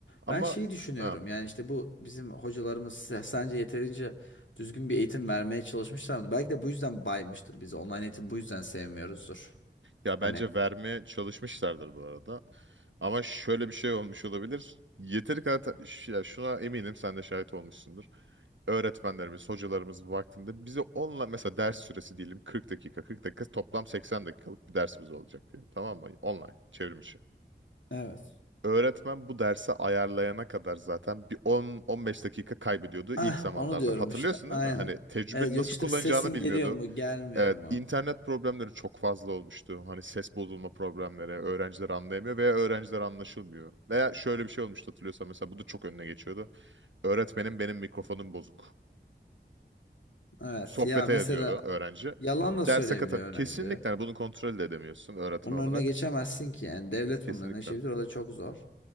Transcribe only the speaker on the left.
Ben şeyi düşünüyorum
yani işte bu bizim hocalarımız size- sence yeterince düzgün bir eğitim vermeye çalışmışlar mı? Belki de bu yüzden baymıştır bizi online eğitim bu yüzden sevmiyoruzdur.
Hani.
Evet.
Ah,
onu diyorum
işte. Aynen.
Evet yok
işte
sesin
geliyor mu, gelmiyor
mu?
Evet.
Ya mesela
yalan da
söyleyebiliyor
öğrenci.
Bunun önüne
geçemezsin ki. Yani devlet
bunun önüne geçebilir. O da çok zor.